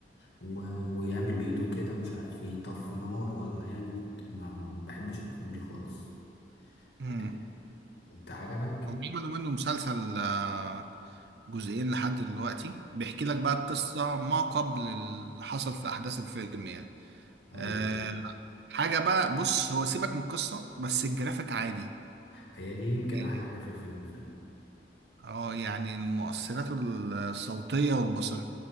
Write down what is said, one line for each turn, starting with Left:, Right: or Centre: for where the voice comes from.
Left: و... ويعمل بايده كده مش عارف يطفي نار ولا يعمل ما ما بحبش الافلام دي خالص
Right: رينج
Left: يعني انت عجبك
Right: هم بيعملوا منه مسلسل آه، جزئين لحد دلوقتي بيحكي لك بقى القصة ما قبل اللي حصل في أحداث الفيلم يعني
Left: ايوه
Right: آه، حاجة بقى بص هو سيبك من القصة بس الجرافيك عادي
Left: هي دي يمكن
Right: آه،
Left: احلى حاجه في الفيلم فعلا
Right: اه يعني المؤثرات الصوتية والبصرية